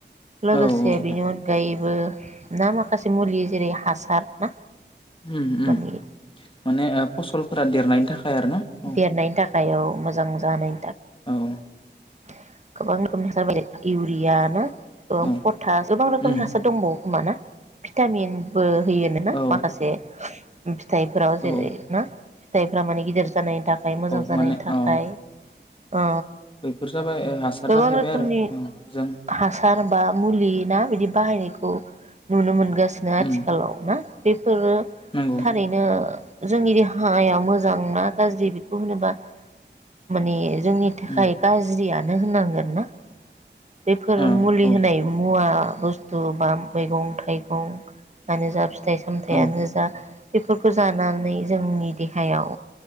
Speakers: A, on the right; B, on the left.
A: लोगोसे
B: औ
A: बिनि
B: औ
A: अनगायै बो ना माखासे मुलि जेरै हासार ना
B: उम
A: माने
B: उम माने फसलफोरा देरनायनि थाखाय आरो ना औ।
A: देरनायनि थाखाय औ मोजां जानाय
B: औ औ।
A: <inaudible> गोबां रोखोमनि हासार बालाय इउ बियान' ओम
B: औ
A: फथा गोबां रोखोमनि
B: उम
A: हासार दंबावो। खोमा ना भिटामिनबो होयोनो ना
B: औ
A: माखासे फिथाइफोराव जेरै
B: औ
A: ना? फिथाइफ्रा माने गिदिर जानाय थाखाय मोजां
B: औ
A: जानायनि
B: माने
A: थाखाय।
B: अ
A: ओ।
B: बैफोर जाबाय ओ हासार
A: गोबां
B: जाहैबाय
A: रोखोमनि
B: आरो औ जों
A: हासार बा मुलि ना बिदि बा बाहायनायखौ नुनो मोनगासिनो आथिखालाव
B: उम
A: ना बे फोरो
B: नंगौ
A: थारैनो जोंनि देहाया मोजां ना गाज्रि बेखौ होनोबा माने जोंनि थाखाय
B: उम
A: गाज्रि जियानो होननांगोन ना? बेफोर
B: औ
A: मुलि
B: औ
A: होनाय मुवा बुस्थु बा मैगं थाइगं फ्रानो जा फि थाइ सामथाइयानो
B: औ
A: जा बेफोरखौ जानानै जोंनि देहायाव